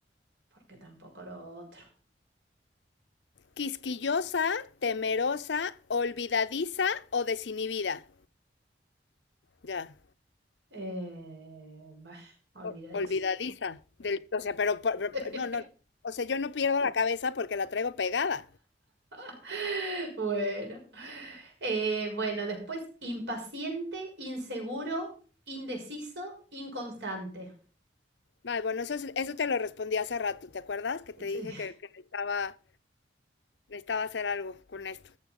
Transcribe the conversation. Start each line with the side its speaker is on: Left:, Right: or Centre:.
Right: porque tampoco lo otro.
Left: Quisquillosa, temerosa, olvidadiza o desinhibida. Ya.
Right: Eh, bah, olvidadiza.
Left: o- olvidadiza. Del, o sea, pero, por- por-
Right: <laughs>
Left: no, no. O sea, yo no pierdo la cabeza porque la traigo pegada.
Right: <laughs> Bueno. Eh, bueno, después impaciente, inseguro, indeciso, inconstante.
Left: Ay, bueno, eso, es- eso te lo respondí hace rato, ¿te acuerdas? Que te
Right: Sí.
Left: dije que, que necesitaba, necesitaba hacer algo con esto.